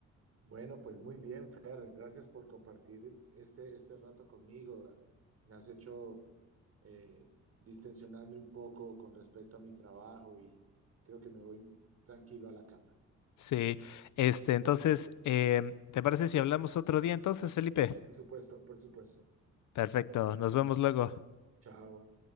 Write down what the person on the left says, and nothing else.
Sí, este, entonces, em, ¿te parece si hablamos otro día entonces, Felipe?
Perfecto, nos vemos luego.